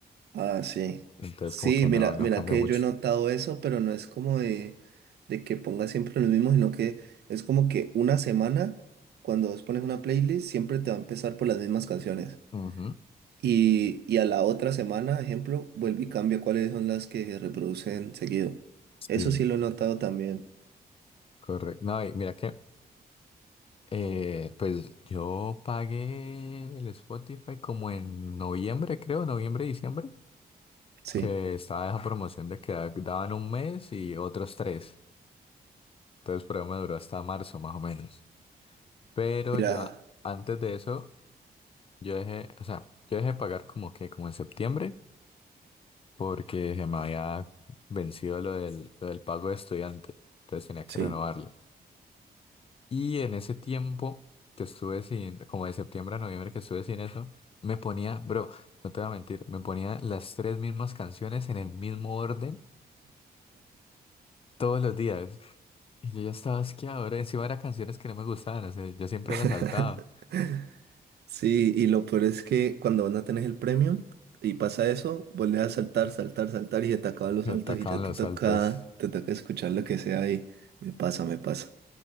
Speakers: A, on the right; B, on the left.
A: Ah, sí.
B: Entonces
A: Sí,
B: como que
A: mira,
B: no, no
A: mira
B: cambia
A: que
B: mucho.
A: yo he notado eso, pero no es como de, de que ponga siempre lo mismo, sino que es como que una semana, cuando vos pones una playlist, siempre te va a empezar por las mismas canciones.
B: Ujú,
A: Y, y a la otra semana, ejemplo, vuelve y cambia cuáles son las que se reproducen seguido.
B: Sí,
A: Eso sí lo he notado también.
B: correcto. No, y mira que eh, pues yo pagué el Spotify como en noviembre, creo, noviembre, diciembre,
A: Sí.
B: que estaba esa promoción de que daban un mes y otros tres. Entonces, por ahí me duró hasta marzo más o menos. Pero
A: Mira,
B: yo a- antes de eso, yo dejé, o sea, yo dejé pagar como que como en septiembre porque se me había vencido lo del, lo del pago de estudiante. Entonces tenía que
A: sí.
B: renovarlo. Y en ese tiempo que estuve sin, como de septiembre a noviembre que estuve sin eso, me ponía, bro, no te voy a mentir, me ponía las tres mismas canciones en el mismo orden todos los días. Y yo ya estaba asqueado, bro. Encima eran canciones que no me gustaban, o sea, yo siempre
A: <laughs>
B: las saltaba.
A: Sí, y lo peor es que cuando van a tener el premio y pasa eso, vuelves a saltar, saltar, saltar y se te acaban los
B: Me
A: saltos
B: atacaban
A: y ya te
B: los
A: toca,
B: saltos.
A: te toca escuchar lo que sea y me pasa, me pasa.